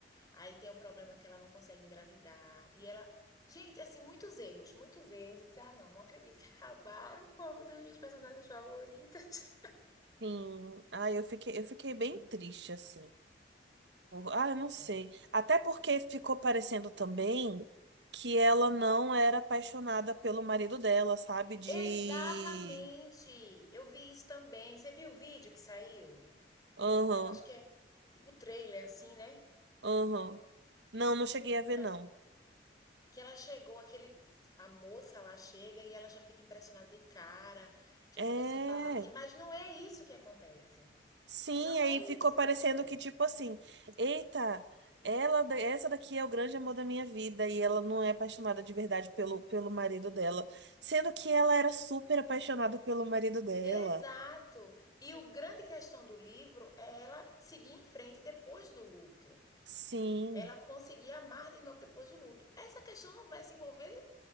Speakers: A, on the left; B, on the right.
A: aí tem o problema que ela não consegue engravidar e ela gente assim muitos erros muitos erros eu disse ah não não acredito que acabaram com uma das minhas personagens favoritas
B: Sim, ai, eu fiquei, eu fiquei bem triste, assim. Por- Ah, eu não sei.
A: é
B: Até porque ficou parecendo também que ela não era apaixonada pelo marido dela, sabe? De.
A: exatamente eu vi isso também você viu o vídeo que saiu
B: Aham,
A: Eu acho que é tipo trailer, assim, né?
B: aham. Não, não cheguei a ver,
A: Que
B: não.
A: ela, que ela chegou, aquele. A moça lá chega e ela já fica impressionada de cara, já
B: É.
A: fica sem palavras. Mas não é isso que acontece.
B: Sim,
A: Não
B: aí
A: é
B: ficou
A: isso
B: parecendo
A: que acontece.
B: que, tipo assim, eita, ela, da- essa daqui é o grande amor da minha vida e ela não é apaixonada de verdade pelo, pelo marido dela. Sendo que ela era super apaixonada pelo marido dela.
A: Exato. E o grande questão do livro é ela seguir em frente depois do luto.
B: Sim,
A: Ela conseguir amar de novo depois do luto. Essa questão não vai se envolver,